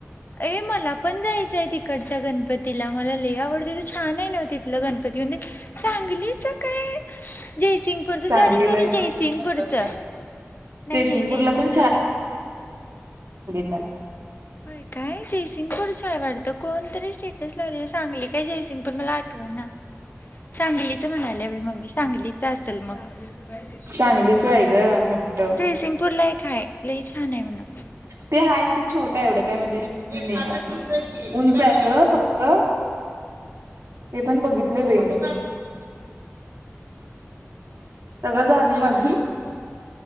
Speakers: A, on the left (about 40°); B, on the right (about 65°).
A: ए मला पण जायचंय ती- कडच्या गणपतीला. मला लयी आवडतय त छान आहे ना तिथलं गणपती मंदीर. सांगलीच काय जयसिंगपूरच?
B: सांगलीला
A: साॅरी सॉरी
B: आहे
A: जयसिंगपूरच, नाही
B: जयसिंगपूरला
A: नाही जयसिंगपूरच.
B: पण ताय.
A: होय काय. जयसिंगपुरचाय वाटत कोणतरी स्टेटस लावलेल सांगली काय जयसिंग- गपूर मला आठवना. सांगलीच म्हणाल्या बाई मम्मी, सांगलीच असल म. <unintelligible>
B: सांगलीच आहे ग मोठ
A: जयसिंगपूरला एक हाय लई छान हाय म्हण.
B: ते हाय ते छोटाय, एवढं काय म्हणजे हे नाही असं. उंचाय अस फक्त ते पण बघितलंय बाई मी. सगळ झालं माझ